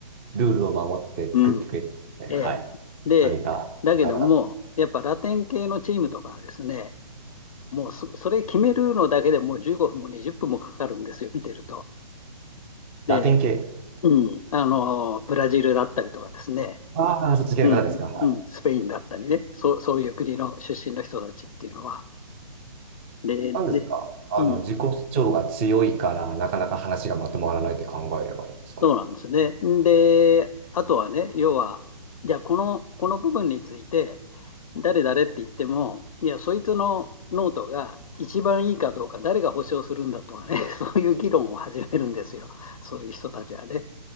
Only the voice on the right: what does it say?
ルールを守って作ってくれて、
ね、
はい。
それが、
なんか、なんか
ラテン系。
ああ、そっち系の方ですか。
はい。
なんですか。
あの、
自己主張が強いから、なかなか話がまとまらないって考えればいいんですかね。